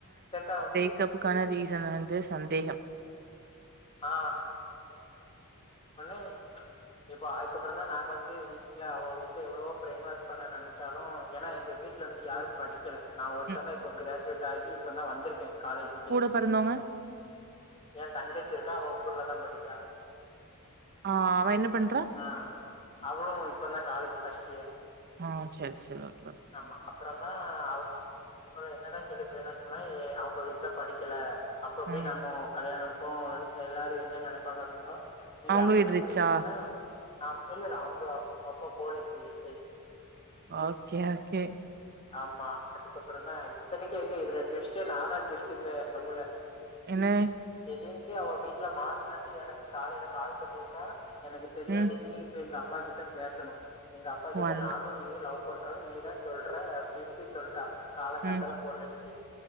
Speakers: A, on the left; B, on the right.
A: செட் ஆவல
B: பிரேக் அப்புக்கான ரீசன் வந்து சந்தேகம்
A: ஆ ஒன்னே இப்போ அதுக்கப்றந்தா நாங்க வந்து வீட்ல அவ வீட்டு எவ்ளோ பிரைன் வாஷ் பண்ண நெனச்சாலு எனா எங்க வீட் ட்லந்து யாரும் படிக்கல நா ஒருத்தந்தா
B: ம்
A: இப்போ கிராஜுவேட்டு ஆயிட்டு இப்பந்தா வந்திருக்கே காலேஜுக்கே
B: கூட பிறந்தவங்க
A: ஏந் தங்கச்சி இருக்கா அவ ஊர்லதா படிக்கா
B: ஆ அவ என்ன பண்றா
A: ஆ அவோ இப்பந்தா காலேஜ் ஃபர்ஸ்ட் இயர்
B: ஆ செரி செரி ஓகே பேம்
A: ஆமா அப்பறந்தா அவுங்க உங்கள என்னதாந் சொல்லி பிரைன் வாஷ் சொனை அவுங்க வீட்ல படிக்கல அப்பப்பய்
B: ம்
A: நம்மோ கல்யாணம்ப்போ இதுக் எல்லாரு என்ன நெனைப்பாங்க அப்டின்னு நீங்க
B: அவங்க
A: அப்டி
B: வீடு ரிச்சா
A: நெனச்சீங்கன்னா அம் இல்ல இல்ல அவுங்க அப்பப்ப police S I
B: okay okay
A: ஆமா அதுக்கப்பறந்தா இத்தனைக்கு எங்க இதுல ட்விஸ்ட்டே நாதா ட்விஸ்ட்டு இந்த ஊல
B: என்னே
A: திடீன்ட்டு அவ வீட்ல மாட்லன்ட்டு எனக்கு காலைல கால் பண்ணிருக்கா எனக்கு தெரியாது
B: ம்
A: நீட் இப்ப எங்கப்பா கிட்ட பேசணு எங்க அப்பா கிட்ட
B: வந்த
A: நானு நீயும் லவ் பண்றன் நீதாஞ் சொல்ற அப்டின்ட்டு சொல்ட்டா காலங்காத்தால
B: ம்
A: ஃபோனடுச்சி